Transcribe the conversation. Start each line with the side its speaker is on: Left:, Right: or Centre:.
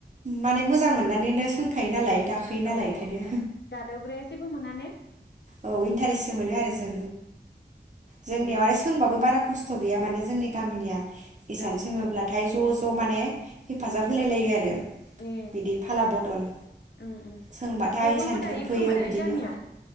Right: माने मोजां मोननानैनो सोंखायो नालाय। दाखायो नालाय
Left: औ
Right: बेखायनो
Left: औ दादावग्राया जेबो मोना ने?
Right: औ इन्टारेस्ट आरो जों जोंनियाव
Left: उम
Right: आरो सोंबाबो बारा खस्थ' गैया माने जों गामिनिया इसान
Left: औ
Right: सोङोब्लाथाय ज' ज' माने हेफाजाब होलाय लायो आरो
Left: ए
Right: बिदि फाला बदल
Left: उम उम ओमफ्राय
Right: सोंबाथाय
Left: बयबो
Right: सानथोर
Left: दायो
Right: फैयो
Left: खोमा ने
Right: बिदिनो
Left: गामियाव